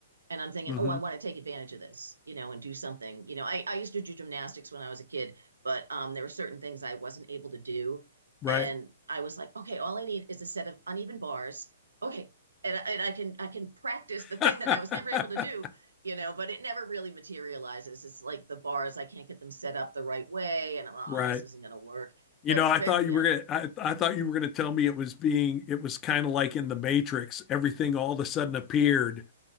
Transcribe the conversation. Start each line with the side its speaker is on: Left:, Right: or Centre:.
Right: and I'm thinking,
Left: hmm
Right: oh, I want to take advantage of this, you know, and do something. You know, I, I used to do gymnastics when I was a kid, but um, there were certain things I wasn't able to do.
Left: Right.
Right: And I was like, okay, all I need is a set of uneven bars. Okay. And, and I can I can practice the thing
Left: <laughs>
Right: that I was never able to do, you know, but it never really materializes. It's like the bars, I can't get them set up the right way. And I'm, like,
Left: Right.
Right: oh, this isn't going to work.
Left: You
Right: But
Left: know,
Right: very,
Left: I thought
Right: yeah,
Left: you were gonna I, I thought you were gonna tell me it was being it was kind of like in the Matrix, everything all of a sudden appeared